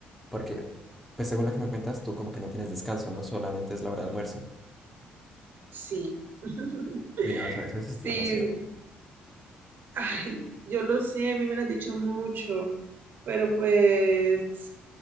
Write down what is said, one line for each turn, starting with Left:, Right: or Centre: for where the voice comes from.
Centre: porque pues según lo que me cuentas, tú como que no tienes descanso, ¿no? Solamente es la hora de almuerzo.
Right: sí. <laughs>
Centre: Uy, no, eso, eso es
Right: Sí,
Centre: explotación.
Right: ay, yo lo sé, a mí me lo han dicho mucho, pero pues,